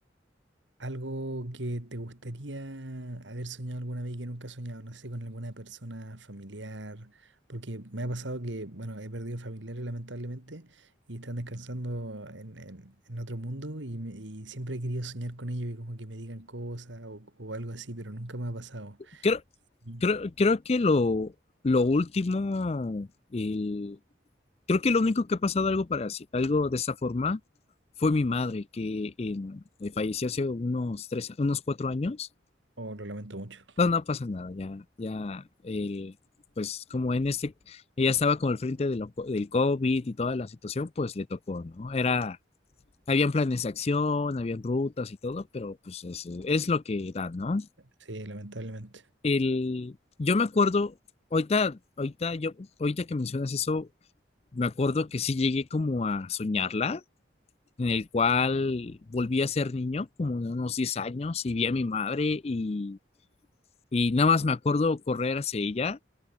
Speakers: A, on the right; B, on the left.
A: algo que te gustaría haber soñado alguna vez y que nunca has soñado, no sé, con alguna persona familiar, porque me ha pasado que, bueno, he perdido familiares lamentablemente y están descansando en, en- en otro mundo y, me- y siempre he querido soñar con ellos y como que me digan cosas o, o algo así, pero nunca me ha pasado.
B: Creo,
A: Mm.
B: creo, creo que lo, lo último, el- creo que lo único que ha pasado algo para así- algo de esta forma fue mi madre, que en- eh, falleció hace unos tres, unos cuatro años.
A: Oh, lo lamento mucho.
B: No, no pasa nada, ya, ya, eh, pues como en este, ella estaba con el frente de lo- del COVID y toda la situación, pues le tocó, ¿no? Era Habían planes de acción, habían rutas y todo, pero pues es, es lo que da, ¿no?
A: Sí, lamentablemente.
B: El, yo me acuerdo, ahorita, ahorita, yo, ahorita que mencionas eso, me acuerdo que sí llegué como a soñarla, en el cual volví a ser niño, como de unos 10 años, y vi a mi madre y, y nada más me acuerdo correr hacia ella,